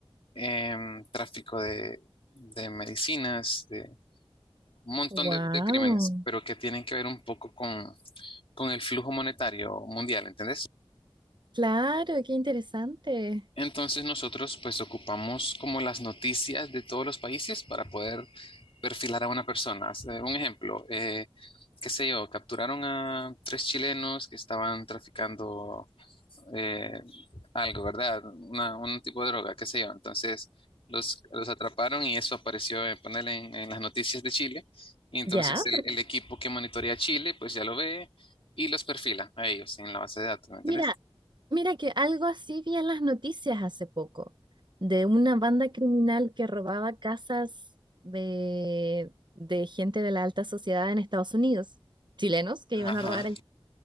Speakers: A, on the left (about 70°); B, on the right (about 50°).
A: em, tráfico de, de medicinas, de un montón
B: Wow,
A: de, de crímenes, pero que tienen que ver un poco con, con el flujo monetario mundial, ¿entendés?
B: claro, qué interesante.
A: Entonces nosotros pues ocupamos como las noticias de todos los países para poder perfilar a una persona. O sea, Un ejemplo, eh, qué sé yo, capturaron a tres chilenos que estaban traficando eh, algo, ¿verdad? Una- un tipo de droga, qué sé yo. Entonces los, los atraparon y eso apareció en ponerle en, en las noticias de Chile. Y entonces
B: Ya,
A: el,
B: pero
A: el equipo que monitorea Chile pues ya lo ve y los perfila a ellos en la base de datos, ¿me entendés?
B: mira, Mira que algo así vi en las noticias hace poco, de una banda criminal que robaba casas de, de gente de la alta sociedad en Estados Unidos, chilenos que
A: Ajá,
B: iban
A: Ajá.
B: a robar ahí.